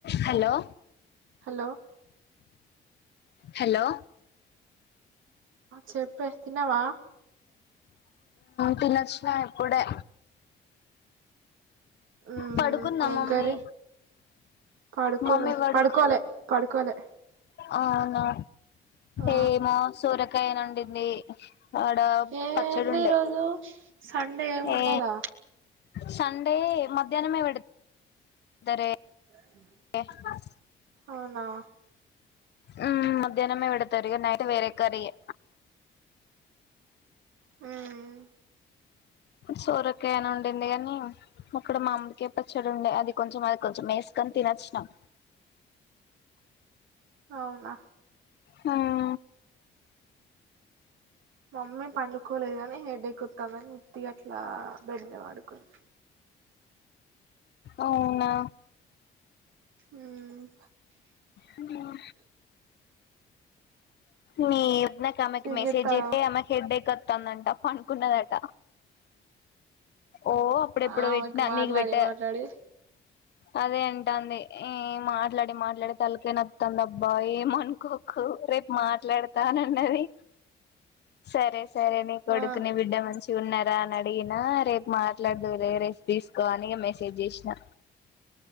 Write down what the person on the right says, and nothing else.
హలో
చెప్పే తిన్నవా
మ్మ్
ఏం
కర్రీ పడుకుంది
పడుకోలే పడుకోలే
ఆ
ఏంది
ఈరోజు సండే ఏమి ఉండదా
<inaudible>
అవునా
ఉమ్
అవునా
మమ్మీ పండుకోలేదు గాని హెడేక్ వస్తాందని ఉత్తి అట్లా బెడ్ మీ పడుకుంది
ఉమ్
ఏం
చేత్తన్నావ్
ఆమెకి
మాట్లాడి
మాట్లాడి
ఆ